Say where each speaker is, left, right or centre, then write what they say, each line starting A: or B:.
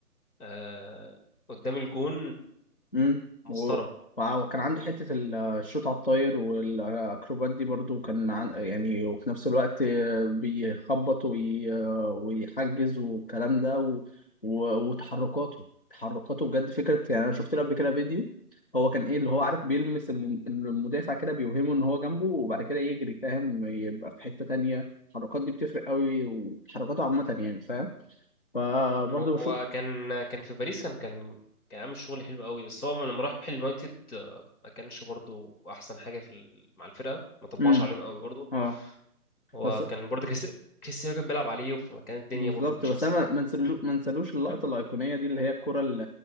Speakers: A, on the left; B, on the left.
A: آه قدام الجون
B: امم
A: مسطرة
B: و... وع- وكان عنده حتة ال- الشوط على الطاير والأكروبات دي برضو كان عن... يعني وفي نفس الوقت بيخبط وي... ويحجز والكلام ده و... و... وتحركاته تحركاته بجد فكرة يعني أنا شفت له قبل كده فيديو هو كان إيه اللي هو عارف بيلمس الم- المدافع كده بيوهمه إن هو جنبه وبعد كده يجري فاهم يبقى في حتة تانية التحركات دي بتفرق قوي وتحركاته عامة يعني فاهم فبرضه
A: هو
B: بشوف
A: كان كان في باريس كان كان كان عامل شغل حلو قوي بس هو لما راح اليونايتد آه، ما كانش برضو أحسن حاجة في ال- مع الفرقة ما طبعش
B: امم
A: عليهم قوي برضو
B: اه
A: هو
B: بس
A: كان برضو كريستي- كريستيانو كان بيلعب عليه فكانت الدنيا
B: بالظبط
A: برضو مش
B: بس
A: أحسن
B: انا
A: حاجة
B: ما نسلو-
A: <laughs>
B: ما نسلوش اللقطه الايقونيه دي اللي هي الكره ال-